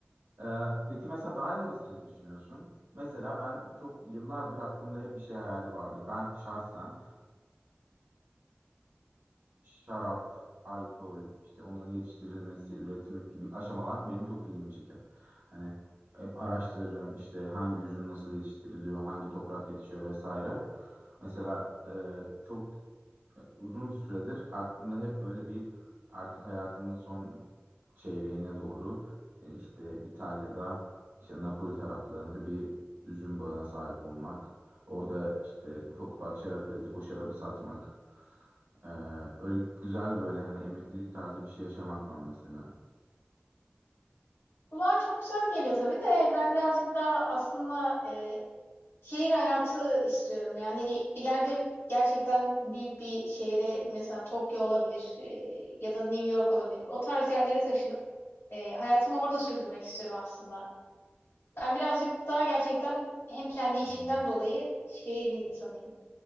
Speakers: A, on the right; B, on the left.
A: Ee, peki mesela daha ilerisi için ne düşünüyorsun? Mesela ben çok yıllardır aklımda hep bir şey hayali vardır. Ben şahsen şarap, alkol, işte onların yetiştirilmesi, üretimi gibi aşamalar benim çok ilgimi çeker. Hani hep araştırırım işte hangi üzüm nasıl yetiştiriliyor, hangi toprak yetişiyor vesaire. Mesela e, çok ee, uzun süredir aklımda hep böyle bir artık hayatımın son çeyreğine doğru e, işte İtalya'da işte Napoli taraflarında bir üzüm bağına sahip olmak. Orada işte ufak ufak şarap üretip o şarabı satmak. Ee, öyle güzel böyle hani emeklilik tarzı bir şey yaşamak var mesela.
B: Kulağa çok güzel geliyor tabii de ben birazcık daha aslında e, Şehir hayatı istiyorum. Yani ileride gerçekten büyük bir şehre mesela Tokyo olabilir e, ya da New York olabilir. O tarz yerlere taşınıp e, hayatımı orada sürdürmek istiyorum aslında. Ben birazcık daha gerçekten hem kendi işimden
A: Hmm,
B: dolayı şehir insanıyım.